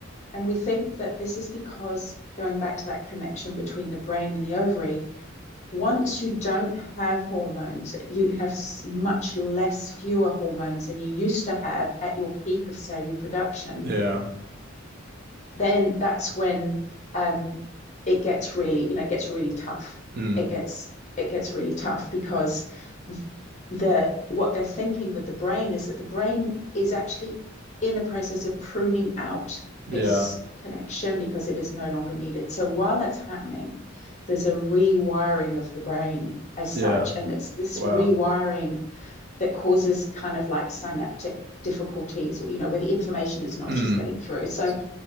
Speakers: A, on the left; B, on the right.
A: and we think that this is because going back to that connection between the brain and the ovary, once you don't have hormones, you have much less fewer hormones than you used to have at your peak of, say, reproduction
B: yeah,
A: then that's when um, it gets really, you know, it gets really tough.
B: mm,
A: It gets it gets really tough because the what they're thinking with the brain is that the brain is actually in the process of pruning out this
B: yeah,
A: connection because it is no longer needed. So while that's happening, there's a rewiring of the brain as
B: yeah.
A: such. And it's this
B: Wow.
A: rewiring that causes kind of like synaptic difficulties, you know, where the information is not
B: Mm.
A: just getting through. So
B: So